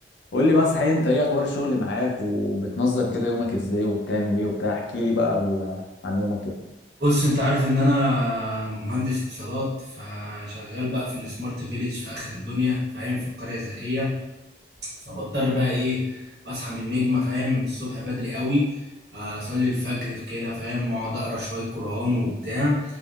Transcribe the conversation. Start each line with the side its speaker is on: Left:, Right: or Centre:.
Left: قول لي بقى صحيح انت ايه اخبار الشغل معاك وبتنظم كده يومك ازاي وبتعمل ايه وبتاع احكي لي بقى ال- عن يومك كده
Right: بص انت عارف ان انا مهندس اتصالات فشغال بقى في السمارت فيليج في اخر الدنيا فاهم في القرية الذكية فبضطر بقى ايه اصحى من النجمة فاهم الصبح بدري قوي آه، اصلي الفجر في كده فاهم واقعد اقرا شوية قرآن وبتاع